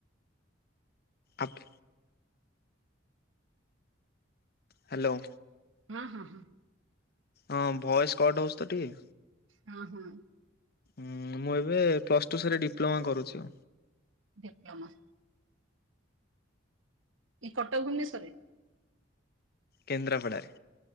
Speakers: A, on the left (about 50°); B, on the right (about 80°).
A: ଆପ ହ୍ୟାଲୋ।
B: ମା ହଁ, ହଁ
A: ହଁ ଭଏସ୍ କଟ୍ ହଉଛି ତ ଟିକେ।
B: ହଁ, ହଁ।
A: ହୁଁ, ମୁଁ ଏବେ ପ୍ଲସ୍ ଟୁ ସାରି ଡିପ୍ଲୋମା କରୁଛୁ।
B: ଡିପ୍ଲୋମା। ଏଇ କଟକ ଭୁବନେଶ୍ୱରରେ?
A: କେନ୍ଦ୍ରାପଡ଼ାରେ।